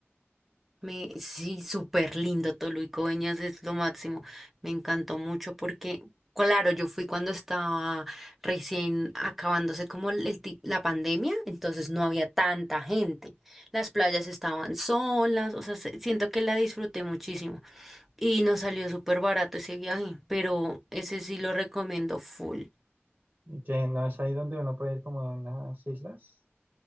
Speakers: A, in the centre; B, on the right.
A: Me, sí, súper lindo, Toluico Veñas es lo máximo. Me encantó mucho porque, claro, yo fui cuando estaba recién acabándose como el, el ti- la pandemia, entonces no había tanta gente. Las playas estaban solas, o sea, se- siento que la disfruté muchísimo y nos salió súper barato ese viaje, pero ese sí lo recomiendo full.
B: Y que no es ahí donde uno puede ir como a unas islas.